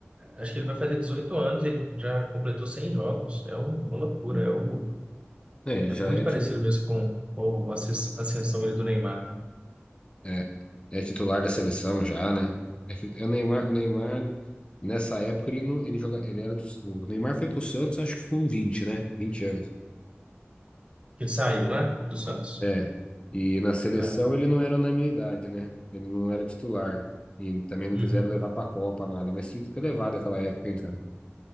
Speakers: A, on the right (about 25°); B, on the left (about 25°).
A: acho que ele vai fazer 18 anos, ele já completou 100 jogos. É um- uma loucura, é, o,
B: É, ele
A: é muito
B: já é.
A: parecido
B: ti-
A: mesmo com, com a ascens- ascensão ali do Neymar, né?
B: É, é titular da seleção já, né? É que o Neymar, o Neymar nessa época ele não, ele joga, ele era do, o Neymar foi pro Santos acho que com 20 né? 20 anos.
A: Que saiu, né? Do Santos.
B: É. E na seleção
A: É.
B: ele não era na minha idade, né? Ele não era titular. E também não
A: Uhum.
B: quiseram levar pra Copa nada, mas tinha que ter levado aquela época, hein, cara.